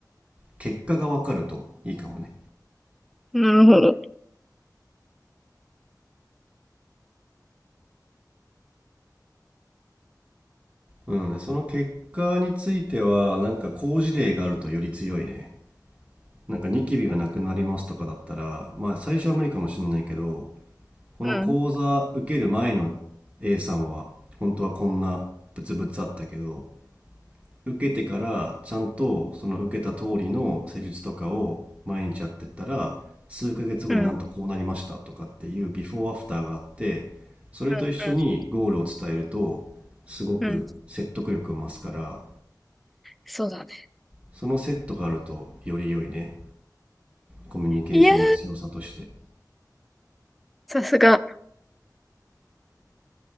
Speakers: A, on the right (about 20°); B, in the centre.
A: 結果が分かるといいかもね。
B: なるほど。
A: うん、その結果については、なんか好事例があるとより強いね。なんかニキビがなくなりますとかだったら、まあ最初は無理かもしれないけど、この講座受ける前の
B: うん、
A: A さんは、本当はこんなブツブツあったけど、受けてからちゃんとその受けた通りの施術とかを毎日やってったら数ヶ月後になんとこうなりましたとかっていうビフォーアフターがあってそれと一緒にゴールを伝えるとすごく説得力を増すから
B: うん、うん、うん。うんそうだね。
A: そのセットがあるとより良いねコミュニケーションの強さとして
B: いやー、さすが。